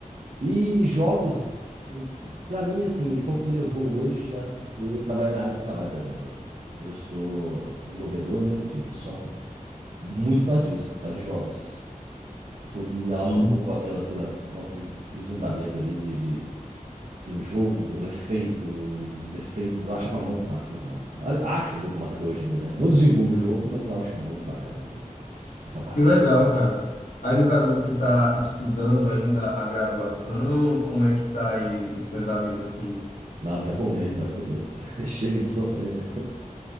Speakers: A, on the right; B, on the left.
A: E jogos, pra mim, assim, foi o que me levou hoje a ser- trabalhar na área que eu trabalho, por exemplo, assim. Hoje eu sou desenvolvedor, né, de, de software, muito por causa disso, por causa de jogos, que foi o que me alavancou
B: Sim.
A: aquela, aquela nosso visu- vislumbramento ali de, de, de um jogo, como que é feito, os efeitos, eu achava muito massa, muito massa. A- Acho muito massa até hoje ainda, né? Não desenvolvo o jogo, mas eu acho muito bacana, assim, essa parte
B: Que legal,
A: de jogo.
B: cara. Aí, no caso, você está estudando ainda a graduação? Como é que tá aí esse andamento, assim?
A: Não, já formei, graças a Deus. <laughs> Chega de sofrer, né?